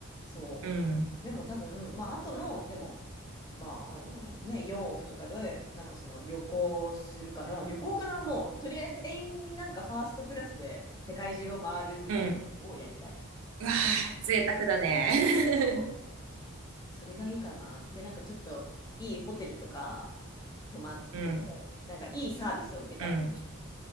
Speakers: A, on the left; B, on the right.
A: そう。
B: うん、
A: でも多分、まああとの、でも、まああのね、4億とかで、なんかその旅行するかな、旅行かな、もうとりあえず永遠になんかファーストクラスで世界中を回るみたいなのをやりたい。
B: うん。うわあ、贅沢だね。
A: そう。それがいいかな。で、なんかちょっといいホテルとか泊まって、
B: <laughs> うん、
A: なんかいいサービスを受けたい。
B: うん。